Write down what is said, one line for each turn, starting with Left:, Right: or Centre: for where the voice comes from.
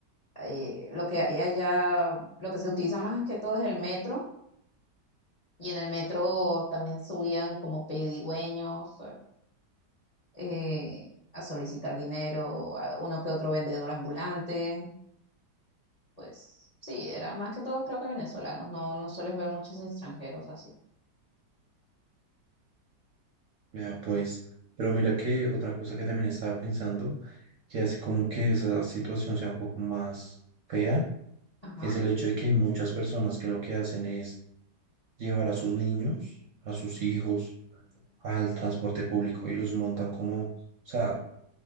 Left: ahí lo que hay allá, lo que se utiliza más que todo es el metro, y en el metro también subían como pedigüeños, eh, a solicitar dinero a uno que otro vendedor ambulante. Pues sí, eran más que todo creo que venezolanos, no, no sueles ver muchos extranjeros así.
Right: Vea, pues, pero mira que otra cosa que también estaba pensando, que hace como que esa situación sea un poco más fea,
Left: Ajá.
Right: es el hecho de que hay muchas personas que lo que hacen es llevar a sus niños, a sus hijos, al transporte público y los montan como, o sea,